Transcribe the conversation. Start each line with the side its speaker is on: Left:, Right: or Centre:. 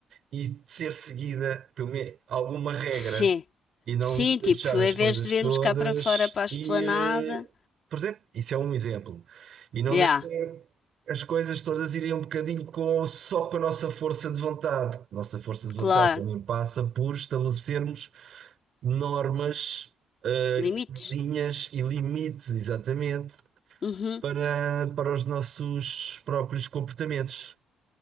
Right: e ser seguida por me- alguma regra
Left: Sim.
Right: e não
Left: Sim,
Right: deixar
Left: tipo,
Right: as
Left: em vez
Right: coisas
Left: de virmos
Right: todas
Left: cá para fora para a esplanada.
Right: ir. eh, Por exemplo, isso é um exemplo. E não
Left: Yeah,
Right: deixar as coisas todas irem um bocadinho com, só com a nossa força de vontade. Nossa força de vontade
Left: claro.
Right: também passa por estabelecermos normas, eh,
Left: Limites.
Right: linhas e limites, exatamente,
Left: Uhum.
Right: para, para os nossos próprios comportamentos.